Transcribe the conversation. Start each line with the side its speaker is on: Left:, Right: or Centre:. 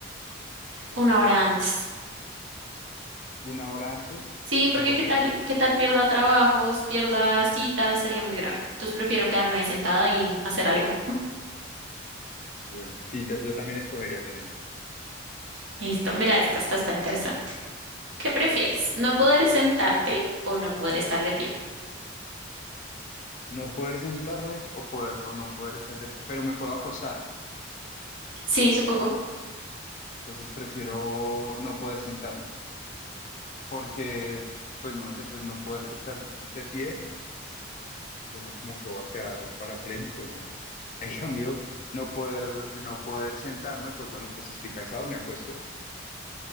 Right: una hora antes.
Left: Una hora antes,
Right: Sí, porque
Left: porque,
Right: qué tal, qué tal pierda trabajos, pierda citas, sería muy grave. Entonces prefiero quedarme
Left: ah,
Right: ahí sentada y hacer algo.
Left: bueno, sí, ta- yo también escogería la misma.
Right: Listo, mira esta, esta está interesante. ¿Qué prefieres? ¿No poder sentarte o no poder estar de pie?
Left: No poder sentarme o poder o no poder estar de, pie, pero me puedo acostar,
Right: Sí, supongo.
Left: entonces prefiero no poder sentarme, porque, pues no sé, pues no poder estar de pie, pues, suena como que voy a quedar parapléjico, ¿no? <laughs> En cambio, no poder, no poder sentarme, pues bueno, pues si estoy cansado, me acuesto,